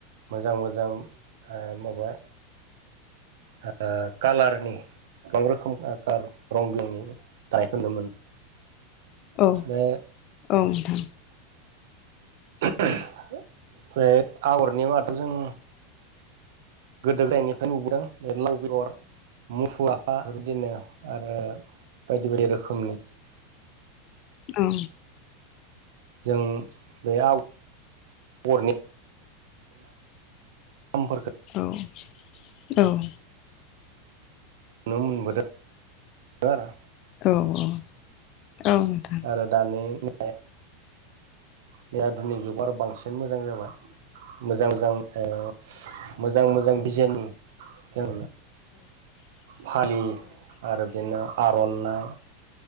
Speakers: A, on the right; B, on the left.
A: मोजां मोजां ओ माबा ओ कालारनि गोबां रोखोम ओ रं बिंरंनि दानायखौ नुनो मोनो।
B: औ औ
A: बे
B: नोंथां।
A: ओमफ्राय आगरनि मादाव जों गोदो गायनिफ्रायनो नुबोदों। बे लाव बेगर मुफुर आफा बिदिनो आरो बायदि बायदि रोखोमनि।
B: औ।
A: जों बे आव आगरनि नामफोरखौ
B: औ औ।
A: नुनो मोनबोदों। दो आरो।
B: औ औ औ नोंथां।
A: आरो दानि मु बेै आधुनिक जुग आरो बांसिन मोजां जाबाय मोजां मोजां ओ मोजां मोजां दिजाइननि जों फालि आरो बिदिनो आर'नाइ